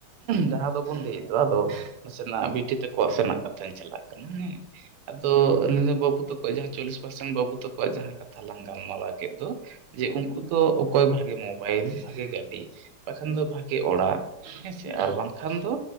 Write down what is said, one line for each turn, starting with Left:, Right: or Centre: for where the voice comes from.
Right: ᱡᱟᱦᱟᱸ ᱟᱫᱚ ᱵᱚᱱ ᱞᱟᱹᱭᱮᱫ ᱫᱚ ᱟᱫᱚ ᱱᱟᱥᱮᱱᱟᱜ ᱵᱤᱴᱤ ᱛᱟᱠᱚᱣᱟᱜ ᱥᱮᱱᱟᱜ ᱠᱟᱛᱷᱟᱧ ᱪᱟᱞᱟᱜ ᱠᱟᱱᱟ ᱦᱮᱸ? ᱟᱫᱚ ᱱᱚ ᱵᱟᱹᱵᱩ ᱛᱟᱠᱚᱣᱟᱜ ᱡᱟᱦᱟᱸ ᱪᱚᱞᱞᱤᱥ ᱯᱟᱨᱥᱮᱱ ᱵᱟᱹᱵᱩ ᱛᱟᱠᱚᱣᱟᱜ ᱡᱟᱦᱟᱸ ᱠᱟᱛᱷᱟ ᱞᱟᱝ ᱜᱟᱞᱢᱟᱨᱟᱣ ᱠᱮᱫ ᱫᱚ ᱡᱮ
Left: ᱦᱮᱸ
Right: ᱩᱝᱠᱩ ᱫᱚ ᱚᱠᱚᱭ ᱵᱷᱟᱜᱮ ᱢᱳᱵᱟᱭᱤᱞ, ᱵᱷᱟᱜᱮ ᱜᱟᱹᱰᱤ, ᱵᱟᱠᱷᱟᱱ ᱫᱚ ᱵᱷᱟᱜᱮ ᱚᱲᱟᱜ ᱦᱮᱸᱥᱮ
Left: ᱦᱮᱸ ᱦᱮᱸ ᱦᱮᱸ
Right: ᱟᱨ ᱵᱟᱝᱠᱷᱟᱱ ᱫᱚ